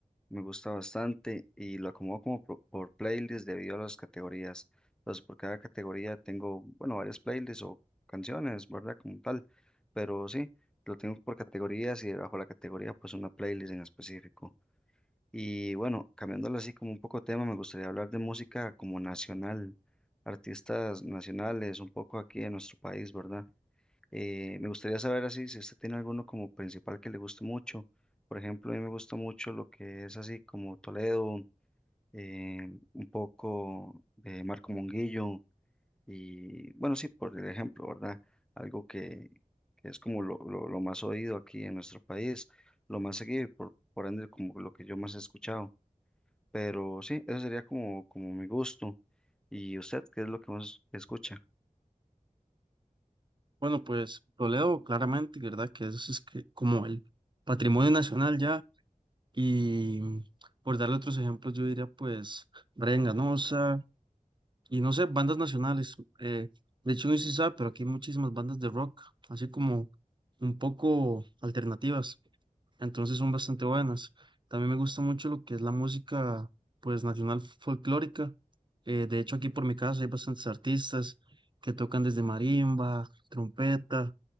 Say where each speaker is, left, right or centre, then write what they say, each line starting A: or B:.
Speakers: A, in the centre; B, on the right.
A: Me gusta bastante y lo acomodo como por, por playlist debido a las categorías. Entonces, por cada categoría tengo, bueno, varias playlists o canciones, ¿verdad? Como tal. Pero sí, lo tengo por categorías y bajo la categoría, pues una playlist en específico. Y bueno, cambiándolo así como un poco de tema, me gustaría hablar de música como nacional, artistas nacionales, un poco aquí en nuestro país, ¿verdad? Eh, me gustaría saber así si usted tiene alguno como principal que le guste mucho. Por ejemplo, a mí me gusta mucho lo que es así como Toledo, eh, un poco de Marco Monguillo y bueno, sí, por el ejemplo, ¿verdad? Algo que, que es como lo, lo- lo más oído aquí en nuestro país, lo más seguido y por, por ende como lo que yo más he escuchado. Pero sí, eso sería como, como mi gusto. ¿Y usted qué es lo que más escucha?
B: Bueno, pues Toledo claramente, ¿verdad? Que eso es que como el patrimonio nacional ya. Y mm, por darle otros ejemplos, yo diría pues Brian Ganosa y no sé, bandas nacionales. eh, de hecho, no sé si sabe, pero aquí hay muchísimas bandas de rock, así como un poco alternativas. Entonces son bastante buenas. También me gusta mucho lo que es la música pues nacional folclórica. eh, de hecho, aquí por mi casa hay bastantes artistas que tocan desde marimba, trompeta.